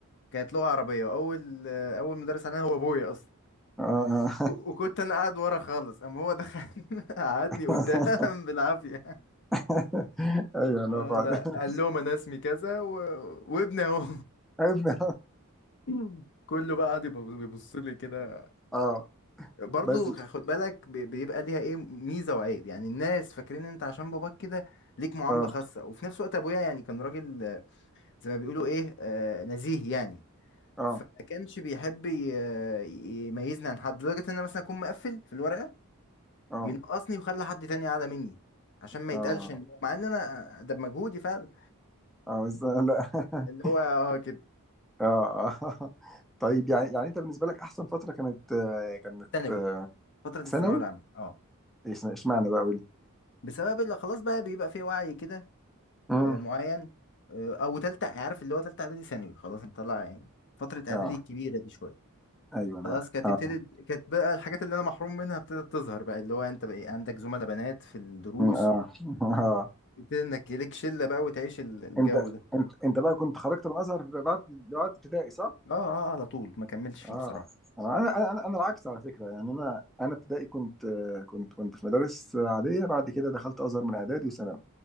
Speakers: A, on the left; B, in the centre.
A: كانت لغه عربيه اول اول مدرس علينا هو ابويا اصلا
B: اه
A: وكنت انا قاعد ورا خالص اما هو دخل <laughs> قعدني
B: <laughs>
A: قدام بالعافيه
B: <laughs> ايوه
A: ولا
B: انا فعلا
A: قال
B: <laughs>
A: لهم انا اسمي كذا و... وابني اهو
B: ابني
A: <laughs> كله بقى قاعد يبص بيبص لي كده
B: اه
A: برضو
B: بس
A: خد بالك ب- بيبقى ليها ايه ميزه وعيب يعني الناس فاكرين ان انت عشان باباك كده ليك معامله
B: اه
A: خاصه وفي نفس الوقت ابويا يعني كان راجل آه، زي ما بيقولوا ايه آه، نزيه يعني
B: اه
A: فما كانش بيحب ي- آه، يميزني عن حد لدرجه ان انا مثلا اكون مقفل في الورقه
B: اه
A: ينقصني ويخلي حد تاني اعلى مني عشان ما
B: اه
A: يتقالش ان هو- مع ان انا ده بمجهودي فعلا
B: اه بس لا
A: اللي
B: <laughs>
A: هو اه كده
B: اه آه. طيب يعني يعني انت بالنسبه لك احسن فتره كانت آه، كانت
A: ثانوي
B: آه،
A: فترة الثانوية
B: ثانوي
A: العامة اه
B: إيش- اشمعنى بقى قول لي
A: بسبب اللي خلاص بقى بيبقى فيه وعي كده
B: امم
A: آه، معين آه، او تالتة عارف اللي هو تالتة اعدادي ثانوي خلاص انت طلع يعني فترة اعدادي
B: اه
A: الكبيرة دي شوية
B: ايوه انا
A: خلاص كانت
B: اه
A: ابتدت كانت بقى الحاجات اللي انا محروم منها ابتدت تظهر بقى اللي هو انت بقى إيه، عندك زملاء بنات في الدروس
B: مم، اه <laughs> اه
A: ابتدت انك ليك شلة بقى وتعيش ال- الجو
B: انت
A: ده
B: انت انت بقى كنت خرجت من الازهر بعد بعد ابتدائي صح؟
A: اه اه على طول ما كملتش فيه
B: اه
A: بصراحة
B: انا انا انا العكس على فكره يعني انا انا ابتدائي كنت كنت كنت في مدارس عاديه بعد كده دخلت ازهر من اعدادي وثانوي